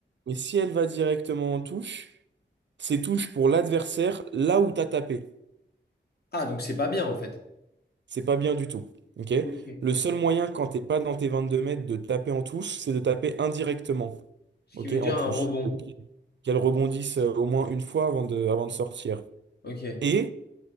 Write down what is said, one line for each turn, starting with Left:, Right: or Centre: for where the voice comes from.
Right: mais si elle va directement en touche, c'est touche pour l'adversaire là où t'as tapé.
Left: Ah, donc c'est pas bien en fait.
Right: C'est pas bien du tout. OK?
Left: Ok,
Right: Le
Left: ok.
Right: seul moyen quand t'es pas dans tes 22 mètres de taper en touche, c'est de taper indirectement.
Left: Ce
Right: OK?
Left: qui veut
Right: En
Left: dire
Right: touche.
Left: un rebond.
Right: qu'elle rebondisse euh, au moins une fois avant de, avant de sortir.
Left: Ok.
Right: Et